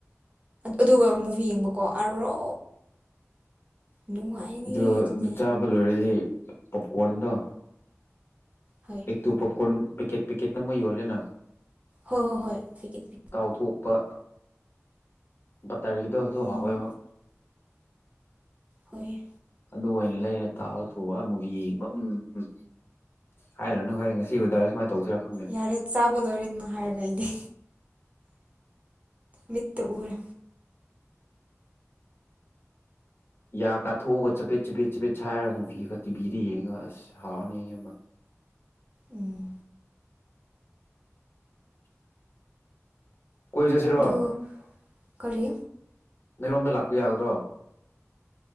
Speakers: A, on the right; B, on the left.
A: ꯑꯗꯨꯒ ꯃꯨꯚꯤ ꯌꯦꯡꯕꯀꯣ ꯑꯔꯣ ꯅꯨꯡꯉꯥꯏꯅꯤ
B: ꯑꯗꯨ ꯑꯗꯨ
A: ꯑꯗꯨꯗꯤ
B: ꯆꯥꯕ ꯂꯣꯏꯔꯗꯤ ꯄꯣꯞꯀꯣꯟꯗꯣ
A: ꯍꯣꯏ <unintelligible>
B: ꯑꯦꯇꯨ ꯄꯣꯞꯀꯣꯔꯟ ꯄꯦꯀꯦꯠ ꯄꯦꯀꯦꯠꯇ ꯑꯃ ꯌꯣꯂꯦꯅ
A: ꯍꯣꯏ ꯍꯣꯏ ꯍꯣꯏ ꯄꯤꯒꯦ ꯄꯤ
B: ꯇꯥꯎꯊꯣꯛꯄ ꯕꯇꯔꯒꯤꯗꯣ ꯑꯗꯨ
A: ꯎꯝ
B: ꯍꯥꯎꯋꯦꯕ
A: ꯍꯣꯏꯌꯦ
B: ꯑꯗꯨ ꯑꯣꯏꯅ ꯂꯩꯔ ꯇꯥꯕ ꯊꯣꯛꯑ ꯑꯃꯨ ꯌꯦꯡꯕ ꯎꯝ ꯎꯝ ꯍꯥꯏꯔꯅꯨ ꯍꯣꯏ ꯉꯁꯤꯕꯨꯗꯗꯥꯔ ꯁꯨꯃꯥꯏꯅ ꯇꯧꯔ ꯈꯪꯗꯦ
A: ꯌꯥꯔꯦ ꯆꯥꯕ ꯂꯣꯏꯔꯦꯅ ꯍꯥꯏꯔꯒ ꯑꯩꯗꯤ ꯃꯤꯠꯇ ꯎꯔꯦ
B: ꯌꯥ ꯀꯥꯊꯣꯛꯑꯒ ꯆꯄꯦꯠ ꯆꯄꯦꯠ ꯆꯄꯦꯠ ꯁꯥꯏꯔꯒ ꯃꯨꯕꯤꯤꯒ ꯇꯤꯚꯤꯗ ꯌꯦꯡꯉꯒ ꯑꯁ ꯍꯥꯎꯔꯅꯦꯦꯝꯕ
A: ꯎꯝ
B: ꯀꯣꯏ ꯆꯠꯁꯤꯔꯣ
A: ꯑꯗꯨꯣ ꯀꯔꯤ
B: ꯅꯔꯣꯝꯗ ꯂꯥꯛꯄ ꯌꯥꯒꯗ꯭ꯔꯣ